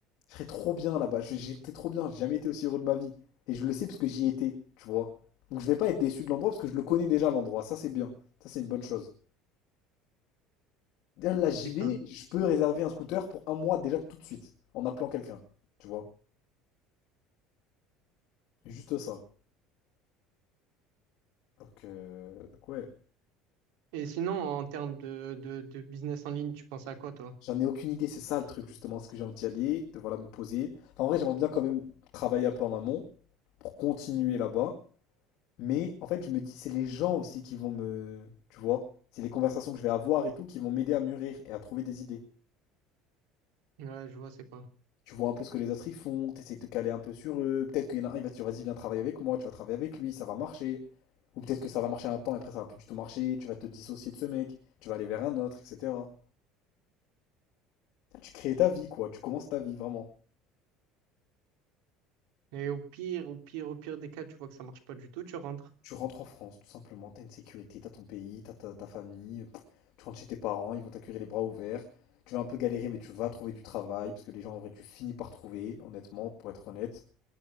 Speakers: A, on the left (about 55°); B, on the right (about 80°).
A: Je serais trop bien là-bas. Je- J'étais trop bien. J'ai jamais été aussi heureux de ma vie. Et je le sais parce que j'y étais, tu vois. Donc je vais pas être déçu de l'endroit parce que je le connais déjà l'endroit. Ça, c'est bien. Ça, c'est une bonne chose. D'ailleurs,
B: Tu
A: Là, j'y
B: sais
A: vais.
B: que t'es en-
A: Je peux réserver un scooter pour un mois déjà tout de suite en appelant quelqu'un, tu vois. Juste ça. Donc, euh, donc ouais.
B: Et sinon, en termes de, de, de business en ligne, tu penses à quoi, toi?
A: J'en ai aucune idée. C'est ça le truc justement. Est-ce que j'ai envie d'y aller, de voilà me poser. Enfin, en vrai, j'aimerais bien quand même travailler un peu en amont pour continuer là-bas. Mais en fait, je me dis, c'est les gens aussi qui vont me... Tu vois, c'est les conversations que je vais avoir et tout qui vont m'aider à mûrir et à trouver des idées.
B: Ouais, je vois, c'est quoi.
A: Tu vois un peu ce que les autres ils font, t'essayes de te caler un peu sur eux. Peut-être qu'il y en a un, il va te dire, vas-y, viens travailler avec moi, tu vas travailler avec lui, ça va marcher. Ou peut-être que ça va marcher un temps et après ça va plus du tout marcher, tu vas te dissocier de ce mec, tu vas aller vers un autre, etc. Tu crées ta vie, quoi, tu commences ta vie vraiment.
B: Et au pire, au pire, au pire des cas, tu vois que ça marche pas du tout, tu rentres.
A: Tu rentres en France, tout simplement, t'as une sécurité, t'as ton pays, t'as ta, ta famille, pff, tu rentres chez tes parents, ils vont t'accueillir les bras ouverts. Tu vas un peu galérer, mais tu vas trouver du travail, parce que les gens, en vrai, tu finis par trouver, honnêtement, pour être honnête,